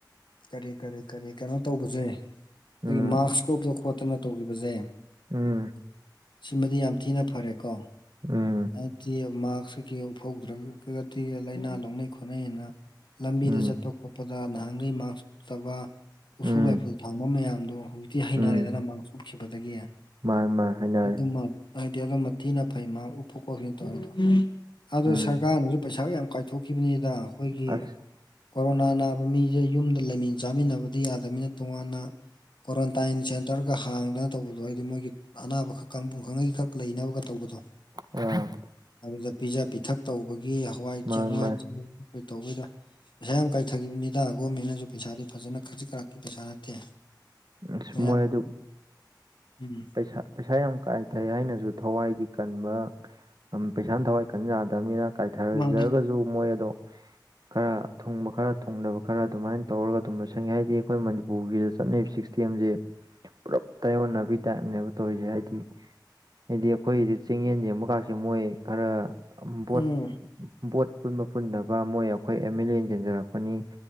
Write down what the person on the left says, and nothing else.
ꯀꯔꯤ ꯀꯔꯤ ꯀꯔꯤ ꯀꯩꯅꯣ ꯇꯧꯕꯁꯦ ꯑꯩꯈꯣꯏꯒꯤ
ꯃꯥꯛꯁ ꯀ ꯎꯞꯇꯅ ꯈꯣꯠꯇꯅ ꯇꯧꯒꯤꯕꯁꯦ
ꯁꯤꯃꯗꯤ ꯌꯥꯝ ꯊꯤꯅ ꯐꯔꯦꯀꯣ
ꯍꯥꯏꯗꯤ ꯃꯥꯛꯁ ꯀꯩ ꯀꯩ ꯎꯐꯍꯧꯗ꯭ꯔꯒꯗꯤ ꯂꯥꯏꯅꯥ ꯂꯧꯅꯩ ꯈꯣꯠꯅꯩ ꯑꯅ ꯂꯝꯕꯤꯗ
ꯆꯠꯄ ꯈꯣꯠꯄꯗ ꯅꯍꯥꯟꯒꯩ ꯃꯥꯛꯁ ꯎꯞꯇꯕ ꯎꯐꯨꯜ
ꯋꯥꯏꯐꯨꯜ ꯊꯥꯡꯕ ꯃꯌꯥꯝꯗꯣ ꯍꯧꯖꯤꯛꯇꯤ ꯍꯩꯅꯔꯦꯗꯅ
ꯃꯥꯥꯛꯁ ꯎꯨꯞꯈꯤꯕꯗꯒꯤ
ꯑꯗꯨ ꯍꯥꯏꯗꯤ ꯑꯗꯨꯝꯕ ꯊꯤꯅ ꯐꯩ ꯃꯥ ꯎꯞꯄ ꯈꯣꯠꯈꯤꯕ ꯇꯧꯕꯗꯣ ꯑꯗꯨ
ꯁꯔꯀꯥꯔꯅꯁꯨ ꯄꯩꯁꯥꯒ ꯌꯥꯝ ꯀꯥꯏꯊꯣꯛꯈꯤꯕꯅꯤꯗ ꯑꯩꯈꯣꯏꯒꯤ
ꯀꯣꯔꯣꯅꯥ ꯅꯥꯕ ꯃꯤꯁꯦ ꯌꯨꯝꯗ ꯂꯩꯃꯤꯟ ꯆꯥꯃꯤꯟꯅꯕꯗꯤ ꯌꯥꯗꯕꯅꯤꯅ ꯇꯣꯉꯥꯟꯅ ꯀ꯭ꯋꯥꯔꯟꯇꯥꯏꯟ ꯁꯦꯟꯇꯔꯒ ꯍꯥꯡꯗꯅ ꯇꯧꯕꯗꯣ ꯍꯥꯏꯗꯤ ꯃꯣꯏ ꯑꯅꯥꯕꯈꯛ ꯀꯥꯡꯄꯨ ꯉꯩ ꯈꯛ ꯂꯩꯅꯕꯒ ꯇꯧꯕꯗꯣ
ꯑꯗꯨꯗ ꯄꯤꯖ ꯄꯤꯊꯛ ꯇꯧꯕꯒꯤ ꯍꯋꯥꯏ
ꯆꯦꯡ ꯍꯋꯥꯏ
<unintelligible> ꯇꯧꯕꯩꯗ ꯄꯩꯁꯥ ꯌꯥꯝ ꯀꯥꯏꯊꯒꯤꯈꯤꯕꯅꯤꯗ ꯒꯣꯔꯃꯦꯟꯅꯁꯨ ꯄꯩꯁꯥꯗꯤ ꯐꯖꯅ ꯈꯖꯤꯛ ꯈꯔꯥꯛꯀꯤ ꯄꯩꯁꯥ ꯅꯠꯇꯦ
ꯃꯌꯥꯝꯒꯤꯅ
ꯎꯝ
ꯃꯥꯅꯦ
ꯎꯝ